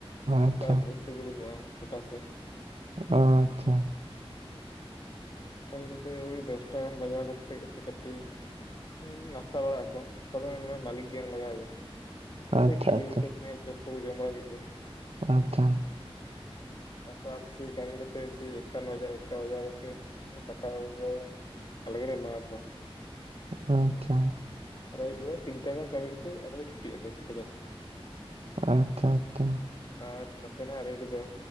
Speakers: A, on the right; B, on the left.
A: ᱟᱪᱪᱷᱟ
B: ᱛᱟ ᱵᱷᱳᱨᱛᱤ ᱠᱚ ᱚᱰᱚᱠᱚᱜᱼᱟ ᱪᱷᱚᱴᱟ ᱥᱮᱜ
A: ᱟᱸᱪᱪᱷᱟ
B: ᱠᱟᱹᱢᱤ ᱠᱚᱛᱮ ᱳᱭ ᱫᱚᱥᱴᱟ ᱜᱟᱱ ᱵᱟᱡᱟᱣ ᱠᱟᱛᱮᱫ <unintelligible> ᱛ ᱠᱟᱹᱴᱤᱡ ᱚᱸ ᱱᱟᱥᱛᱟ ᱵᱟᱲᱟ ᱟᱠᱚ ᱱᱟᱥᱛᱟ ᱫᱚ ᱢᱟᱞᱤᱠ ᱜᱮ ᱞᱟᱜᱟᱣᱭᱟ ᱾
A: ᱟᱪᱪᱷᱟ
B: ᱮᱭ ᱠᱷᱤᱡᱲᱤ
A: ᱟᱪᱪᱷᱟ
B: ᱠᱚ ᱛᱟᱦᱮᱭ ᱪᱚᱯ ᱠᱚᱠᱚ ᱡᱚᱢ ᱵᱟᱲᱟ ᱠᱮᱫ ᱜᱤ
A: ᱟᱸᱪᱪᱷᱟ
B: ᱛᱟᱨᱯᱚᱨ ᱟᱨ ᱥᱮ ᱠᱟᱹᱢᱤ ᱠᱟᱛᱮ ᱥᱮ ᱮᱠᱴᱟᱱ ᱵᱟᱡᱟ ᱮᱠᱴᱟ ᱵᱟᱡᱟᱣ ᱠᱟᱛᱮᱫ ᱩᱱᱫᱚ ᱫᱟᱠᱟ ᱠᱚᱫᱚ ᱟᱞᱮᱜᱮᱞᱮ ᱮᱢᱟᱣ ᱠᱚᱣᱟ
A: ᱦᱟᱱ ᱪᱷᱟ
B: ᱟᱨ ᱟᱹᱭᱩᱵ ᱵᱮᱲᱟ ᱛᱤᱱᱴᱟ ᱜᱟᱱ ᱠᱟᱹᱢᱤ ᱠᱟᱛᱮᱫ ᱟᱫᱚ ᱪᱷᱩᱴᱤᱜ ᱟᱠᱚ ᱛᱤᱱᱴᱟ ᱪᱟᱴᱴᱟ
A: ᱟᱪᱪᱷᱟ ᱟᱪᱪᱷᱟᱼᱼ
B: ᱟᱨ ᱱᱚᱛᱮᱱᱟᱜ ᱨᱮᱴ ᱫᱚᱼᱼ